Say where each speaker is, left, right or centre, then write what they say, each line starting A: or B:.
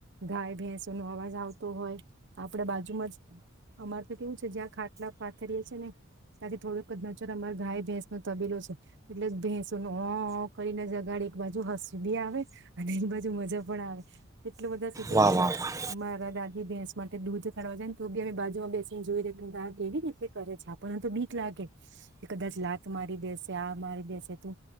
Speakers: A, on the right; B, on the right.
A: ગાય ભેંસોનો અવાજ આવતો હોય, આપડ બાજુમાં જ અમાર તો કેવું છે જ્યાં ખાટલા પાથરીએ છીએ ને, તાથી થોડુંક જ નજર અમાર ગાય ભેંસ તબીલો છે, એટલે ભેંસોનો. અનન અનન કરીને જગાડે એક બાજુ હસી બી આવે, અને એક બાજુ મજા પણ આવે, એટલા બધા સુધ્યા
B: વાહ
A: પછી
B: વાહ વાહ
A: મારા દાદી ભેંસ માટે દૂધ કાઢવા જાય ન તો બી અમે બાજુમાં બેસીને જોઈ રે અ-આ કેવી રીતે કરે છે, આપણને તો બીક લાગે કે કદાચ લા ત મારી દેસે આ મારી દેસે તો,